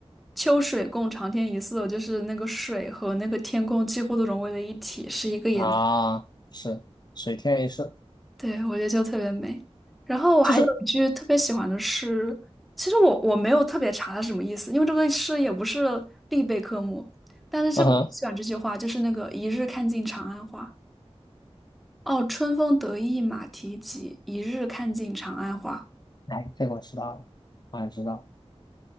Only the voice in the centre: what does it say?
秋水共长天一色，就是那个水和那个天空几乎都融为了一体，是一个颜色。
对，我觉得就特别美。然后我还有一句特别喜欢的诗，
其实我我没有特别查它是什么意思，因为这个诗也不是必备科目，但是这个我喜欢这句话，
就是那个一日看尽长安花。哦，春风得意马蹄疾，一日看尽长安花。